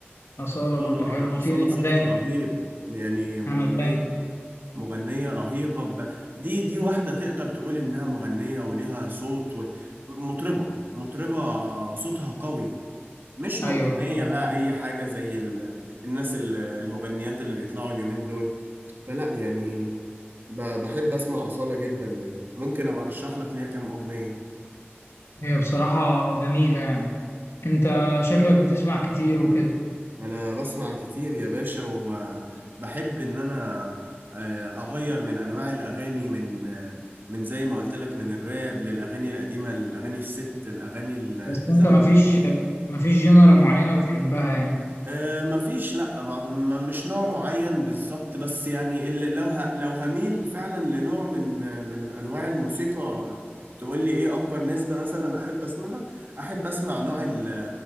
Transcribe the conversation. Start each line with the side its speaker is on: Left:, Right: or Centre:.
Left: اصاله
Right: أصالة
Left: برضو حلوه وفي
Right: أصالة
Left: انغام
Right: صوتها رهيب يعني مغنية
Left: انغام
Right: مغنية رهيبة ب... دي دي واحدة تقدر تقول إنها مغنية وليها صوت و... مطربة مطربة صوتها قوي مش مغنية
Left: ايوه بصراحه
Right: بقى أي حاجة زي ال... الناس ال- المغنيات اللي بيطلعوا اليومين دول فلا يعني ب... بحب أسمع أصالة جدا يعني ممكن أبقى أرشح لك ليها كام أغنية
Left: هي بصراحه جميله يعني انت شكلك بتسمع كتير وكده
Right: انا بسمع كتير يا باشا وبحب ان انا آه، اغير من انواع الاغاني من آه، من زي ما قلت لك من الراب للاغاني القديمه الاغاني الست الاغاني ال- الزمن
Left: بس انت مفيش مفيش جنرا معينه بتحبها يعني
Right: آه مفيش لا ما ما- مش نوع معين بالظبط بس يعني اللي لو ه لو هميل فعلا لنوع من من انواع الموسيقى تقول لي ايه اكبر نسبة مثلا احب اسمعها احب اسمع نوع ال